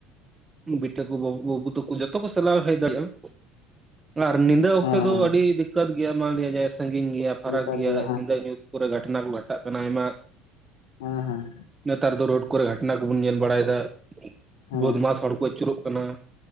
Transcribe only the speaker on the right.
ᱵᱤᱴᱟᱹ ᱠᱩ ᱵᱟᱹᱵᱩ ᱛᱟᱠᱚ ᱡᱚᱛᱚ ᱠᱚ ᱪᱟᱞᱟᱣ ᱦᱮᱡ ᱫᱟᱲᱮᱭᱟᱜ-ᱟ, ᱟᱨ ᱱᱤᱫᱟᱹ ᱚᱠᱛᱮ
ᱫᱚ
ᱟᱹᱰᱤ ᱫᱤᱠᱠᱟᱹᱛ ᱜᱮᱭᱟ ᱢᱟᱜᱮ ᱥᱟᱺᱜᱤᱧ ᱜᱮᱭᱟ᱾ ᱯᱷᱟᱨᱟᱠ
ᱜᱮᱭᱟ
ᱧᱤᱫᱟᱹ ᱧᱩᱛ ᱠᱚᱨᱮ ᱜᱷᱟᱴᱱᱟ ᱠᱚ ᱜᱷᱟᱴᱟᱜ ᱠᱟᱱᱟ ᱟᱭᱢᱟ᱾
ᱱᱮᱛᱟᱨ ᱫᱚ ᱨᱳᱰ ᱠᱚᱨᱮ ᱜᱷᱟᱴᱱᱟ ᱠᱚᱵᱚᱱ ᱧᱮᱞ ᱵᱟᱲᱟᱭ ᱫᱟ
ᱵᱳᱫᱢᱟᱥ ᱦᱚᱲ ᱠᱚ ᱟᱹᱪᱩᱨᱚᱜ ᱠᱟᱱᱟ᱾